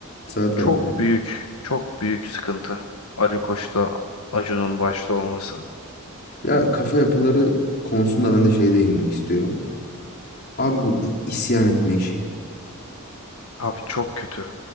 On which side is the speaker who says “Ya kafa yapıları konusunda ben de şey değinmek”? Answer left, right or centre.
Left